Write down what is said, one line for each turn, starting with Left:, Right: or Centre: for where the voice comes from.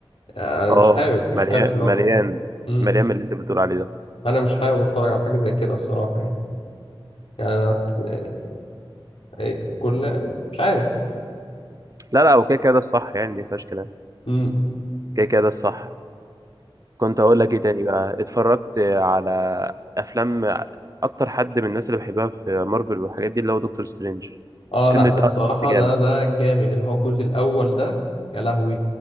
Left: آه، انا
Right: اه
Left: مش حابب مش
Right: مليان
Left: حابب
Right: مليان
Left: امم
Right: مليان من اللي انت بتقول عليه ده
Left: انا مش حابب اتفرج على حاجه زي كده الصراحه يعني يعني أنا يعني أي- كل يعني مش عارف
Right: لا لا اوكي كده ده الصح يعني دي مفيهاش كلام
Left: امم
Right: كده كده ده الصح كنت اقول لك ايه تاني بقى اتفرجت على افلام اكتر حد من الناس اللي بحبها في مارفل والحاجات دي اللي هو دكتور سترينج
Left: اه
Right: الفيلم
Left: لا ده
Right: بتاعه
Left: الصراحه
Right: الاساسي جامد
Left: ده ده جامد اللي هو الجزء الاول ده يا لهوي